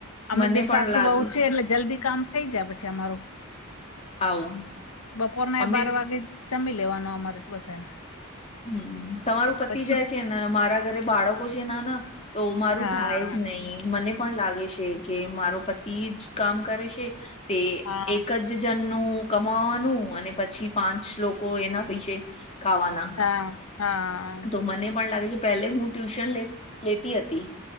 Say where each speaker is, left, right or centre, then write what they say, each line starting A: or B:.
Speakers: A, on the left; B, on the left.
A: અમે
B: મને
A: બે
B: પણ
A: સાસુ-બહુ
B: લાગે
A: છીએ,
B: છે
A: એટલે જલ્દી કામ થઈ જાય, પછી અમારું.
B: આવું
A: બપોરના
B: અમે
A: એ બાર વાગે, જમી લેવાનું, અમારે બધાને
B: હમ, તમારું પતિ
A: પછી
B: જાય છે ને, મારા ઘરે બાળકો છે, ના, ના. તો મારું
A: હા
B: થાય જ નહીં, મને પણ લાગે છે. કે મારો પતિ જ કામ કરે છે, તે
A: હા
B: એક જ. જનનું કમાવાનું, અને પછી પાંચ લોકો એના પૈસે ખાવાના.
A: હા, હા.
B: તો મને પણ લાગે છે, પહેલે હું ટ્યુશન લે લેતી હતી.